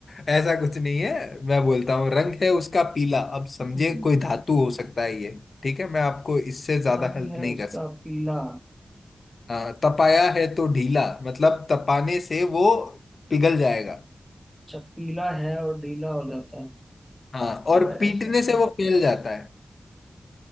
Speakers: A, on the left; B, in the centre.
A: ऐसा कुछ नहीं है मैं बोलता हूँ रंग है उसका पीला अब समझे
B: हम्म,
A: कोई धातु हो सकता है ये ठीक है मैं आपको इससे ज्यादा
B: रंग
A: हेल्प
B: है
A: नहीं
B: उसका
A: कर सकता
B: पीला
A: हाँ, तपाया है तो ढीला मतलब तपाने से वो पिघल जाएगा
B: अच्छा पीला है और ढीला हो जाता है
A: हाँ और
B: यार
A: पीटने
B: ऐसा नहीं
A: से वो फैल जाता है